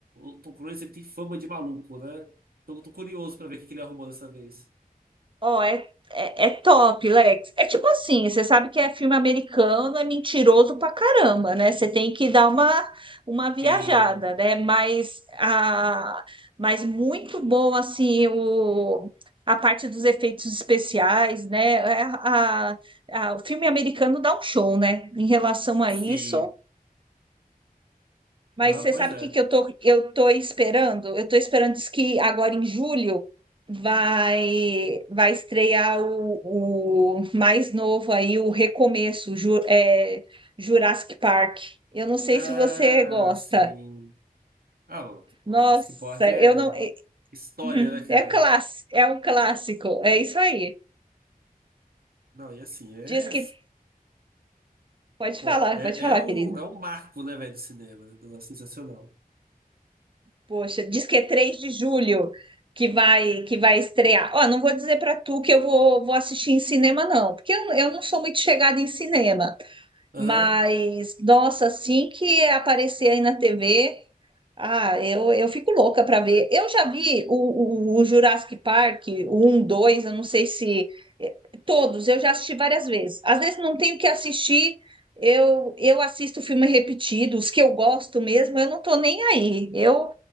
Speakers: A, on the right (about 75°); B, on the right (about 35°).
A: o Tom Cruise, ele tem fama de maluco, né? Então eu tô curioso pra ver o que que ele arrumou dessa vez.
B: Ó, é, é, é top, Lex. É tipo assim, você sabe que é filme americano, é mentiroso pra caramba, né? Você tem que dar uma, uma viajada,
A: Sim,
B: né? Mas, a, mas muito bom, assim, o, a parte dos efeitos especiais, né? É, a, a- o filme americano dá um show, né? Em relação a
A: sim.
B: isso, mas
A: Aham,
B: você
A: pois
B: sabe
A: é.
B: o que que eu tô, eu tô esperando? Eu tô esperando diz que agora em julho vai vai estrear o, o mais novo aí, o Recomeço, Ju- é, Jurassic Park. Eu não sei
A: Ah,
B: se você gosta.
A: sim. Ah, não, pô,
B: Nossa,
A: Jurassic Park é
B: eu não. É,
A: história,
B: <laughs>
A: né, cara?
B: é, class, é um clássico, é isso aí.
A: Não, e assim, é.
B: Diz que. Pode
A: Pô,
B: falar,
A: é,
B: pode falar,
A: é um,
B: querido.
A: é um marco, né, velho, do cinema. É um negócio sensacional.
B: Poxa, diz que é 3 de julho que vai que vai estrear. Ó, não vou dizer para tu que eu vou, vou assistir em cinema, não, porque eu, eu não sou muito chegada em cinema.
A: Aham,
B: Mas, nossa, assim que aparecer aí na TV, ah, eu, eu fico louca para ver. Eu já vi o, o, o Jurassic Park, o 1, 2, eu não sei se. eh, Todos, eu já assisti várias vezes. Às vezes não tenho o que assistir, eu, eu assisto filme repetido, os que eu gosto mesmo, eu não tô nem aí. Eu,